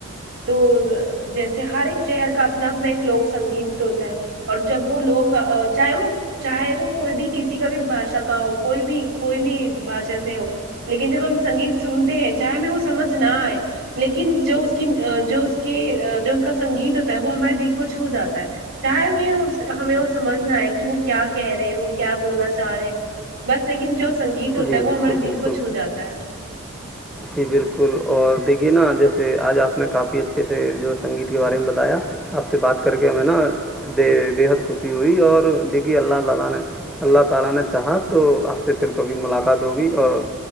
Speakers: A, on the right; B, in the centre.
A: تو جیسے ہر ایک شہر کا اپنا اپنا ایک لوک سنگیت ہوتا ہے اور جب وہ لوگ چاہے وہ چاہے وہ کوئی بھی کسی کا بھی بھاشا کا ہو کوئی بھی کوئی بھی بھاشا سے ہو لیکن جب ہم سنگیت سنتے ہیں چاہے ہمیں وہ سمجھ نہ آئے لیکن جو اس کی جو اس کے جو اس کا سنگیت ہوتا ہے وہ ہمارے دل کو چھو جاتا ہے چاہے ہم ہمیں وہ سمجھنا ہے کہ وہ کیا کہہ رہے ہیں وہ کیا بولنا چاہ رہے بس لیکن جو سنگیت ہوتا
B: جی
A: ہے
B: بالکل
A: وہ ہمارے
B: بالکل
A: دل کو چھو جاتا ہے
B: جی بالکل اور دیکھیے نا جیسے آج آپ نے کافی اچھے سے جو سنگیت کے بارے میں بتایا آپ سے بات کر کے ہمیں نا بے بے حد خوشی ہوئی اور دیکھی اللہ تعالی نے اللہ تعالی نے چاہا تو آپ سے پھر کبھی ملاقات ہوگی اور